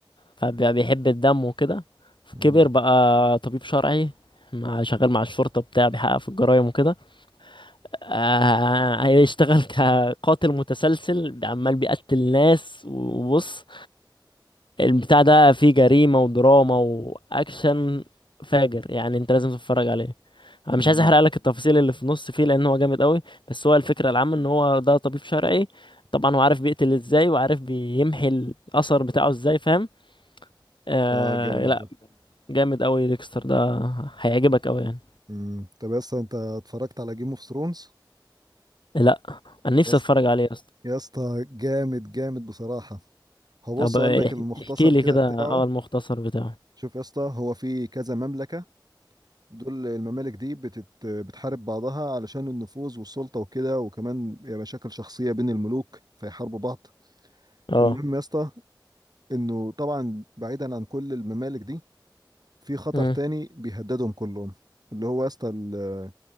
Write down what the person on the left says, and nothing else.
فبقى بيحب الدم وكده فكبر
بقى طبيب شرعي مع شغال مع الشرطة بتاع بيحقق في الجرايم وكده آه، هيشتغل كقاتل متسلسل عمال بيقتل ناس وبص البتاع ده فيه جريمة ودراما وأكشن فاجر يعني انت لازم تتفرج عليه انا
مش عايز احرق لك التفاصيل اللي في النص فيه لان هو جامد قوي بس هو الفكرة العامة ان هو ده طبيب شرعي طبعا هو عارف بيقتل ازاي وعارف بيمحي الاثر بتاعه ازاي فاهم آه
لا
جامد قوي ديكستر ده هيعجبك قوي يعني
لا انا نفسي
اتفرج عليه
طب
إح-
احكي لي
كده
اه المختصر بتاعه
اه
مم.